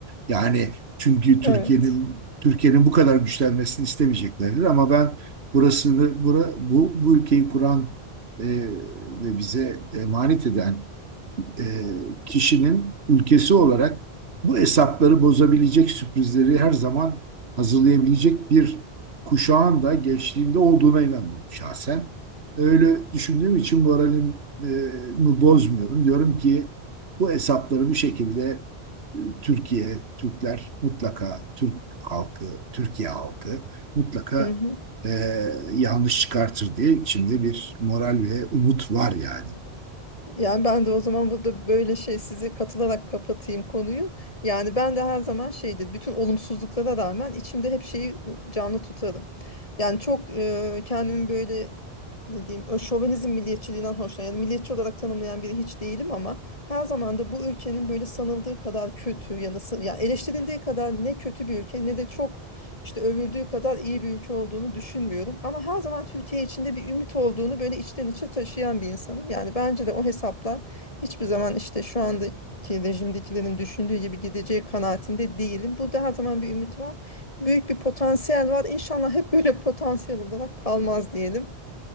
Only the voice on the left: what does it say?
Evet.
Mhm.
Yani ben de o zaman burada böyle şey size katılarak kapatayım konuyu. Yani ben de her zaman şeydir. Bütün olumsuzluklara rağmen içimde hep şeyi canlı tutarım. Yani çok e, kendimi böyle ne diyeyim ö- şovenizm milliyetçiliğinden hoşlanıyorum. Yani milliyetçi olarak tanımlayan biri hiç değilim ama her zaman da bu ülkenin böyle sanıldığı kadar kötü yani, yani eleştirildiği kadar ne kötü bir ülke ne de çok işte övüldüğü kadar iyi bir ülke olduğunu düşünmüyorum. Ama her zaman Türkiye içinde bir ümit olduğunu böyle içten içe taşıyan bir insanım. Yani bence de o hesaplar hiçbir zaman işte şu andaki rejimdekilerin düşündüğü gibi gideceği kanaatinde değilim. Burada her zaman bir ümit var. Büyük bir potansiyel var. İnşallah hep böyle potansiyel olarak kalmaz diyelim